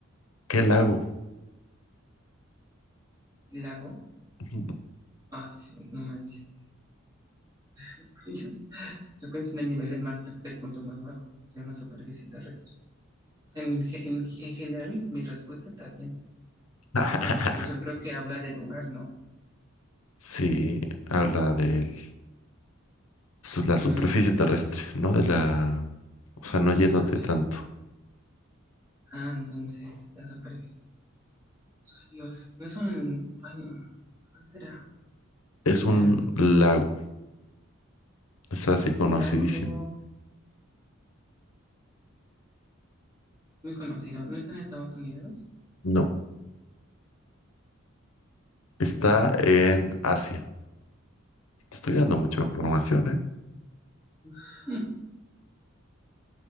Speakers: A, on the left; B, on the right.
A: ¿qué lago?
B: El lago.
A: Ujú.
B: Ah, sí, no manches. Es que yo, yo pensé en el nivel del mar porque es el punto más bajo de una superficie terrestre. O sea, en, ge- en ge- en general mi, mi respuesta está bien,
A: <laughs>
B: pero pues yo creo que habla del lugar, ¿no?
A: Sí, habla de la superficie
B: Mm,
A: terrestre, no de la, o sea, no yéndote
B: elevación.
A: tanto.
B: Ah, entonces la superficie. Ay, Dios, no es un... Ay, no. ¿Cuál será?
A: Es
B: Lago.
A: un lago. Es así conocidísimo.
B: El lago es muy conocido. ¿No está en Estados Unidos?
A: No, está
B: Un lago.
A: en Asia. Te estoy dando mucha información, ¿eh?
B: <laughs>